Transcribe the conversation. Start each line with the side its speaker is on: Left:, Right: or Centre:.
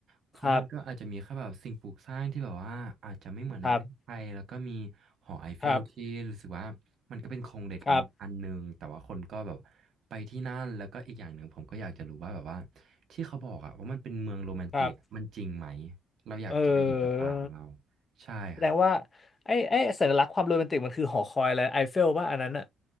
Right: เพราะมันก็อาจจะมีแค่แบบสิ่งปลูกสร้างที่แบบว่าอาจจะไม่เหมือนในประเทศไทยแล้วก็มี
Left: ครับครับ
Right: หอไอเฟลที่รู้สึกว่ามันก็เป็นโครงเหล็กอันอันหนึ่งแต่ว่าคนก็แบบ
Left: ครับครับ
Right: ไปที่นั่นแล้วก็อีกอย่างหนึ่งผมก็อยากจะรู้ว่าแบบว่าที่เขาบอกอะว่ามันเป็นเมืองโรแมนติกอะมันจริงไหม
Left: ครับ
Right: เราอยากจะไปเห็นกับตาของเรา
Left: เออ
Right: ใช่ครับ
Left: แสดงว่าไอ้ไอ้สัญลักษณ์ความโรแมนติกมันคือหอคอยอะไรไอเฟลว่าอันนั้นอะ